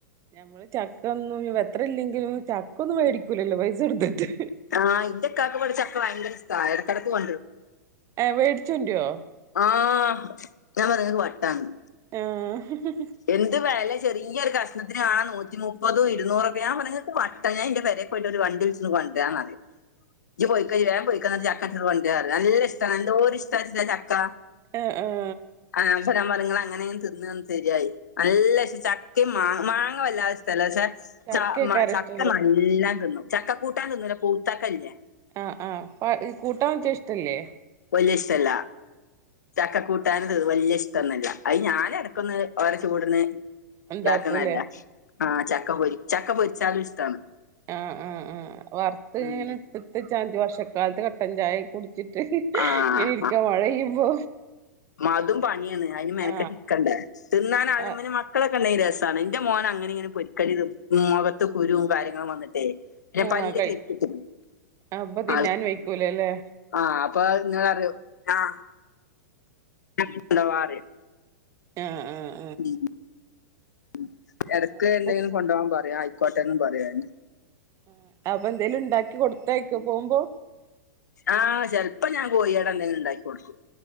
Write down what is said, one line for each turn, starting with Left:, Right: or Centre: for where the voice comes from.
Right: ഞമ്മള് ചക്കൊന്നും ഇനിപ്പ എത്ര ഇല്ലെങ്കിലും ചക്കൊന്നും വേടിക്കൂലല്ലോ പൈസ കൊട്ത്തിട്ട്
Left: ആഹ് ഇന്റെ ഇക്കാക്ക് ഇവടെ ചക്ക ഭയങ്കരിഷ്ട്ടാ എടക്കെടക്ക് കൊണ്ടെരും
Right: ഏഹ് വേടിച്ച് കൊണ്ടരോ?
Left: ആഹ് ഞാൻ പറയും ഇങ്ങക്ക് വട്ടാന്ന്
Right: ആഹ്
Left: എന്ത് വെലേ ചെറിയ ഒരു കഷ്ണത്തിനാ നൂറ്റി മുപ്പതൂ ഇരുന്നൂറൊക്കെ ഞാൻ പറഞ്ഞ് ഇങ്ങക്ക് വട്ടാ ഞാൻ ഇന്റെ പെരെ പോയിട്ടൊരു വണ്ടി വിളിച്ച്ണ്ണ് കൊണ്ടെരാന്ന് പറിം ഇജ്ജ്‌ പൊയ്ക്കോ ഇജ്ജ്‌ വേം പൊയ്ക്കോ ഇന്നട്ട് ചക് ക്കങ്ങട്ട് കൊണ്ടെരാ പറിം നല്ലയിഷ്ട്ടാണ് എന്തോരിഷ്ട്ടാച്ച്ട്ടാ ചക്കാ
Right: ആഹ് ആഹ്
Left: ആഹ് പക്ഷേ ഞാൻ പറിം ഇങ്ങളെങ്ങനെ തിന്ന് ഒന്ന് ശരിയായി നല്ലയിഷ്ട്ടാ ചക് ക്കേം മാങ് മാങ്ങ വല്ലാതിഷ് ഷ്ട്ടല്ലാ പക്ഷെ
Right: ചക്കയ്ക്കാരം
Left: ച മ ചക്ക
Right: ഇഷ്ടല്ലേ
Left: നല്ലം തിന്നും ചക്ക കൂട്ടാൻ തിന്നൂലാ പൗത്തക്കല്ലേ?
Right: ആഹ് ആഹ് പ കൂട്ടാൻ വെച്ചാഷ്ട്ടല്ലേ
Left: വല്യഷ്ട്ടല്ലാ ചക്ക കൂട്ടാന് തി വല്യ ഇഷ്ടൊന്നുല്ലാ അത് ഞാനെട ഓരോ ചൂടിന്
Right: ഉണ്ടാക്കൂലേ
Left: ഇണ്ടാക്കണല്ലേ ആഹ് ചക്ക പൊരി ചക്ക പൊരിച്ചാലും ഇഷ്ട്ടാണ്
Right: ആഹ് ആഹ് ആഹ് വർത്ത്ങ്ങനെ
Left: ഉം
Right: എട് എട്ത്തെച്ചാതി വർഷക്കാലത്ത് കട്ടൻ ചായെക്കെ കുടി ച്ചിട്ട്
Left: ആഹ്
Right: ഇങ്ങനിരിക്കാ മഴ പെയ്യുമ്പോ
Left: മതും പണിയാണ് അയിന് മെനക്കെട്ട്ക്കണ്ടേ
Right: ആ
Left: തിന്നാന് <unintelligible>
Right: ആ
Left: മക്കളൊക്കെ ഇണ്ടെങ്കി രസാണ് ഇന്റെ മോനങ്ങനിങ്ങനി പൊരിക്കടി ത് മുഖത്ത് കുരുവും കാര്യങ്ങളും വന്നിട്ടേ ൻ്റെ
Right: ആ
Left: പല്ല്
Right: കഴി
Left: ക്ലിപ്പ്ട്ട്ക്ക്ണ് <unintelligible>
Right: അപ്പൊ തിന്നാൻ വയ്ക്കൂലല്ലേ
Left: ആഹ് ആഹ് അപ്പ അത് ഇങ്ങളറിയും ആഹ് <unintelligible> അറിയും
Right: ആഹ് ആഹ്
Left: ഉം ഉം എടക്ക്
Right: ആ വേറെന്താ
Left: എന്തെങ്കിലും കൊണ്ടോവാൻ പറയും ആയിക്കോട്ടേന്നും പറയും അതെന്നെ
Right: ആഹ് അപ്പൊ എന്തേലും ഇണ്ടാക്കി കൊടുത്തയക്കോ പോകുമ്പോ
Left: ആഹ് ചെലപ്പം ഞാൻ കോയി അട എന്തെങ്കിലും ഇണ്ടാക്കി കൊടുക്കും